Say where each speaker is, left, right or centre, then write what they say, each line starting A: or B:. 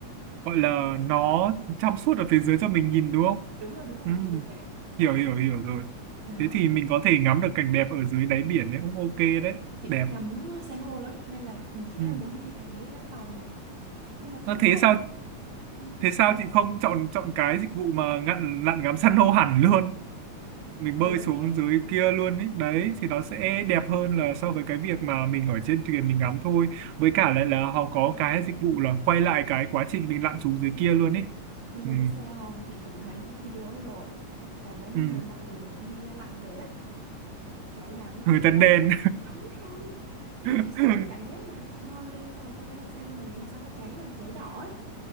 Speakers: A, on the right; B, on the right.
A: gọi là nó trong suốt ở phía dưới cho mình nhìn đúng không?
B: đúng rồi đúng rồi
A: Ừ.
B: kiểu như thế
A: hiểu
B: đó
A: hiểu hiểu rồi
B: đó
A: thế thì mình có thể ngắm được cảnh đẹp ở dưới đáy biển đấy cũng ok đấy
B: chị
A: đẹp
B: thích ngắm san hô lắm nên là chị
A: ừ.
B: rất là muốn đi cái tàu này nhưng mà thực
A: Nó
B: ra
A: thế
B: nó không
A: sao
B: không-
A: thế
B: sao
A: sao chị không chọn chọn cái dịch vụ mà ngặn lặn ngắm san hô hẳn luôn mình bơi
B: ờ
A: xuống
B: he
A: dưới kia luôn ấy đấy thì nó sẽ đẹp hơn là so với cái việc mà mình ở trên thuyền mình ngắm thôi với cả lại là họ có cái dịch vụ là quay lại cái quá trình mình lặn xuống dưới kia luôn ấy
B: nhưng mà
A: ừ.
B: biết sao không chị từng thấy những cái video đó rồi và mấy, mấy
A: Ừ.
B: mọi người mà đi lặn về á cháy nắng
A: người
B: đen
A: ta
B: thui
A: đền
B: <laughs> đúng rồi ý
A: <laughs>
B: là chị sợ
A: ừ.
B: cái cảm giác mà chị ngoi lên xong rồi hôm nay không sao nhưng mà ngày hôm sau nó cháy mà cháy đỏ ấy